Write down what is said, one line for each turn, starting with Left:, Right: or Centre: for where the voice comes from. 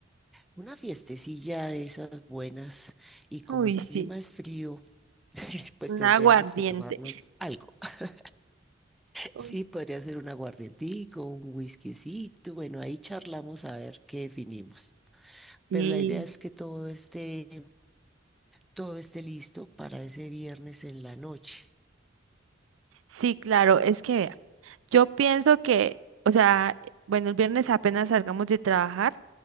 Centre: una fiestecilla de esas buenas y como
Right: Uy,
Centre: el clima
Right: sí.
Centre: es frío, pues
Right: Un
Centre: tendríamos
Right: aguardiente.
Centre: que tomarnos algo. <laughs>
Right: Uy,
Centre: Sí, podría ser un aguardientico, un whiskycito, bueno, ahí charlamos a ver qué definimos.
Right: Sí.
Centre: Pero la idea es que todo esté todo esté listo para ese viernes en la noche.
Right: Sí, claro, es que vea, Yo pienso que, o sea, eh, bueno, el viernes apenas salgamos de trabajar.